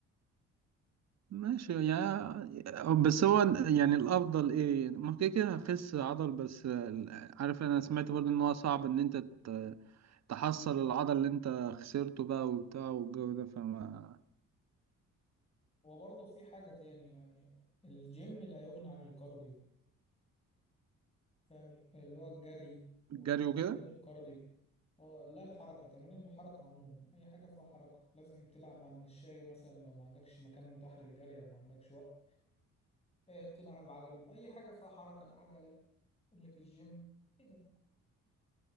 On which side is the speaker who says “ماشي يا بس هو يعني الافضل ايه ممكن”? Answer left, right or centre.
Right